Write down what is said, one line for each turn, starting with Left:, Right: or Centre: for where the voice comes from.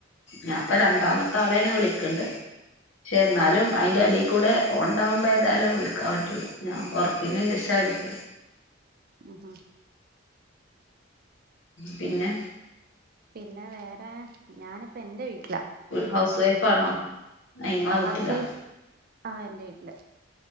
Left: ഞാൻ പ്പൊ രണ്ടാമത്തെ ആളെയാണ് വിളിക്കണ്ട് പക്ഷെ എന്നാലും അതിന്റെ അടി കൂടെ ഓണ്ടാകുമ്പോ എതായാലും വിളിക്കാൻ പറ്റുല്ലോ ഞാൻ ഉറക്കിയേന് ശേഷവാ വിളിക്കല്
Right: ഉം ഉം
Left: പിന്നെ
Right: പിന്നെ വേറെ ഞാനിപ്പം എൻ്റെ വീട്ട
Left: ഹൗസ് വൈഫ് ആണോ നിങ്ങളെ
Right: ആ
Left: വീട്ടിലോ
Right: ഹൗസ് വൈഫ് ആ എന്റെ വീട്ടില്